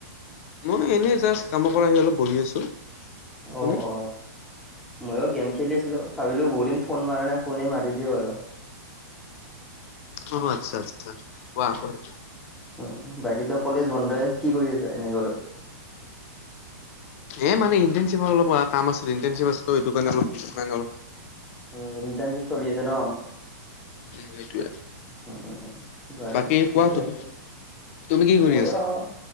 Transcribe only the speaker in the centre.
অ
অ ময়ো গেম খেলিছিলো ভাবিলো বহুদিন ফোন মাৰা নাই ফোনে মাৰি দিওঁ আৰু
উ বাকী তো কলেজ বন্ধই কি কৰি আছা এনে ঘৰত?
উ ইণ্টাৰ্নশিপ চলি আছে ন
অ বাৰু
ঠিকে
আছে
ময়ো
আৰু